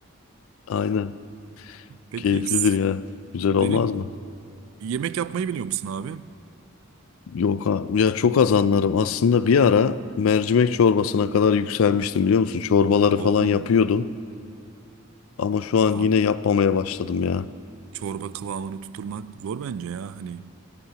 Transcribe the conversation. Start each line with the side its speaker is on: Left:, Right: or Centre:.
Left: Aynen.
Right: Peki
Left: Keyiflidir
Right: s-
Left: ya. Güzel olmaz
Right: senin
Left: mı?
Right: yemek yapmayı biliyor musun abi?
Left: Yok ha. Ya çok az anlarım. Aslında bir ara mercimek çorbasına kadar yükselmiştim biliyor musun? Çorbaları
Right: Oo
Left: falan yapıyordum. Ama şu an
Right: abi
Left: yine yapmamaya başladım ya.
Right: çorba kıvamını tutturmak zor bence ya. Hani